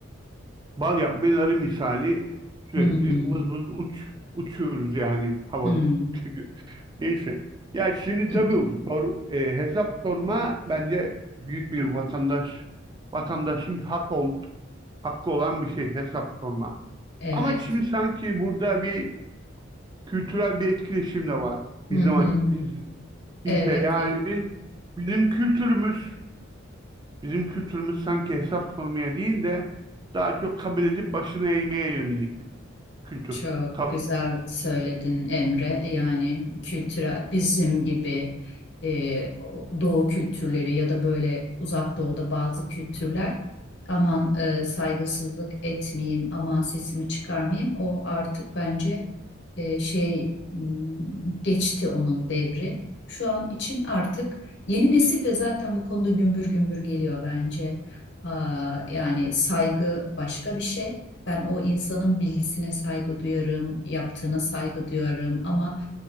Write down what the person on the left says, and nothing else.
Hı hı.
Hı.
<laughs>
Evet.
Hı hı.
Evet,
evet.
Çok
güzel söyledin Emre. Yani kültürel bizim gibi e, o- doğu kültürleri ya da böyle uzak doğuda bazı kültürler aman e, saygısızlık etmeyeyim, aman sesimi çıkarmayayım. O artık bence e, şey m, geçti onun devri. Şu an için artık yeni nesil de zaten bu konuda gümbür gümbür geliyor bence. Aa, yani saygı başka bir şey. Ben o insanın bilgisine saygı duyarım, yaptığına saygı duyarım ama